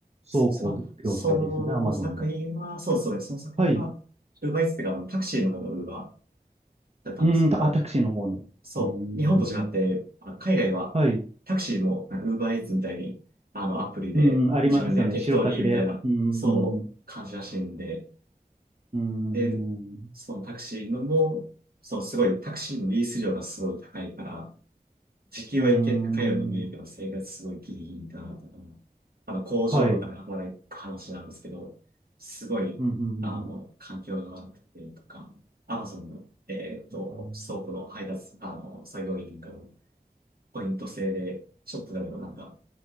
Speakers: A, on the right (about 70°); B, on the right (about 40°).
A: そ、
B: 倉庫業とかですよね、
A: そまあその作品は、
B: アマゾンの。
A: そうそうです。その作品は、
B: はい。
A: ウーバーイーツっていうか、あのタクシーのことウーバーだったんですけど、
B: うん、たあ、タクシーの方の。うーん。
A: そう、日本と違って、あ海外はタクシーもなんか
B: はい。
A: Uber Eats みたいに、あの、アプリで自分で適当にみたいな、
B: うん、ありますよね。白タクで。うん、
A: そう、
B: うん、
A: 感じらしいんで、
B: うん、
A: で、そのタクシーのも、そう、すごい、タクシーのリース料がすごい高いから、時給は一見高いように見えるけど、
B: うん。うん
A: 生活すごいギリギリだなとか、あの、工場とかで働く話なんですけど、
B: はい。
A: すごい、
B: うん、うん、
A: あの、環境が悪くてとか、Amazon の、えっと、
B: うん。
A: 倉庫の配達、あの、作業員なんかの、ポイント制で、ちょっとでもなんか、